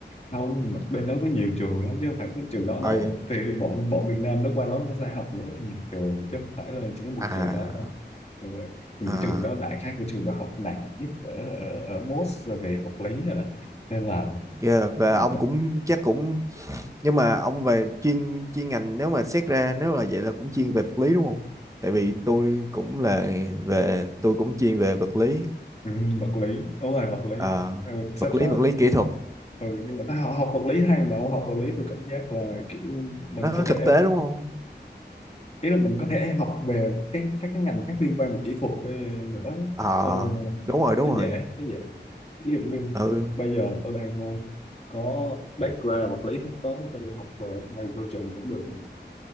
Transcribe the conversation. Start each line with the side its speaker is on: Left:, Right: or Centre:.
Left: không bên đó có nhiều trường lắm chứ không phải có trường đó
Right: Ờ,
Left: đâu thì bọn bọn Việt Nam nó qua đó nó sẽ học rất là nhiều trường chứ không phải là chỉ có một
Right: à
Left: trường đó đâu Ừ. nhưng mà
Right: à
Left: cái trường đó đại khái cái trường đó học nặng nhất ở ở, ở Moss về vật lý rồi đó nên là
Right: yeah. Và
Left: học
Right: ông
Left: đã
Right: cũng chắc cũng nhưng mà ông về chuyên chuyên ngành nếu mà xét ra nếu là vậy là cũng chuyên về vật lý đúng không tại vì
Left: ừ,
Right: tôi cũng là về tôi cũng chuyên về vật lý
Left: ừ, vật lý đúng rồi vật lý
Right: Ờ,
Left: ừ, sắp
Right: vật lý
Left: tới
Right: vật lý kỹ thuật
Left: ừ, nhưng mà tao học vật lý hay mà không học vật lý tôi cảm giác là kiểu mình
Right: nó
Left: có
Right: thực
Left: thể
Right: tế đúng không
Left: ý là mình có thể học về các các cái ngành khác liên quan về kỹ thuật ờ, nữa
Right: ờ
Left: Ờ,
Right: đúng rồi đúng
Left: nó
Right: rồi
Left: dễ nó dễ ví dụ như
Right: ừ
Left: bây giờ tôi đang ờ, có background vật lý sắp tới tôi đi học về hai chương cũng được ừ.